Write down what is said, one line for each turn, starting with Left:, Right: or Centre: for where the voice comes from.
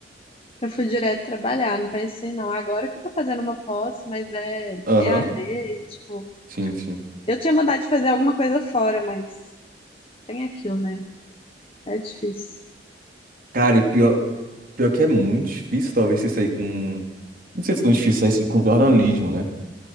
Left: eu fui direto trabalhar, não pensei não. Agora que eu tô fazendo uma pós, mas é
Right: Aham,
Left: EAD, e, tipo,
Right: sim, sim.
Left: eu tinha vontade de fazer alguma coisa fora, mas tem aquilo, né? É difícil.
Right: Cara, e pior, pior que é muito difícil, talvez, você sair com. Não sei se é tão difícil sair assim, com jornalismo, né?